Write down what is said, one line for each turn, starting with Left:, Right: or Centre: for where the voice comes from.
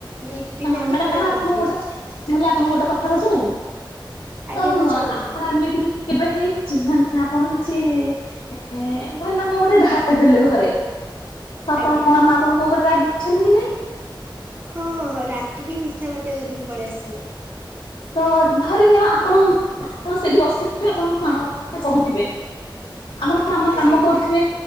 Right: ୟୀପି
Left: ହଁ
Right: ମ୍ୟାଗି
Left: ମ୍ୟାଡାମ
Right: ପୁରା
Left: ଆପଣଙ୍କୁ
Right: କରିଦିଏ।
Left: ଗୋଟେ ମୁଁ କହିଲି ଆପଣଙ୍କୁ ଗୋଟେ କଥା ପଚାରିବି?
Right: ଆଜ୍ଞା
Left: ତ ହଁ
Right: ପଚାରନ୍ତୁ
Left: ହଁ ଆପଣ ଏମିତି କେବେ ହେଇଛି ମାନେ ଆପଣ କିଛି ଧରିନିଅ କୋଉ ଗୋଟେ ଢା କହିଦେଲି ଘରେ ତ ଆପଣଙ୍କ
Right: ଆଜ୍ଞା
Left: ମାମା ଆପଣଙ୍କ ଉପରେ ରାଗିଛନ୍ତି କି ନାଇ?
Right: ହଁ ହଁ ରାଗିକି ପିଥା ପାତିଆ ଧରିକି ପଳେଇ ଆସିବେ।
Left: ତ ଧରିନଅ ଆପଣଙ୍କ <inaudible> ସେଇଠି ବସିଥିବେ ଆପଣଙ୍କ <inaudible> ମା କହୁଥିବେ ଆପଣଙ୍କ ମାମା କାମ
Right: ଆଜ୍ଞା
Left: କରୁଥିବେ